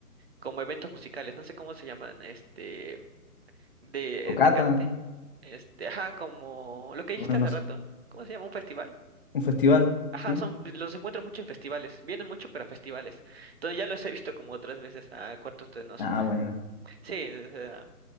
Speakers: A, on the right (about 40°); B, on the left (about 35°).
A: como eventos musicales, no sé cómo se llaman, este de eh,
B: cata,
A: Tecate, este, ajá, como lo que dijiste
B: bueno,
A: hace
B: no sé,
A: rato, ¿cómo se llama? ¿Un festival?
B: un festival,
A: Ajá,
B: ¿sí?
A: son, los encuentro mucho en festivales, vienen mucho pero a festivales, entonces ya los he visto como otras veces a cuartos Tenos.
B: Ah, bueno.
A: sí, o sea,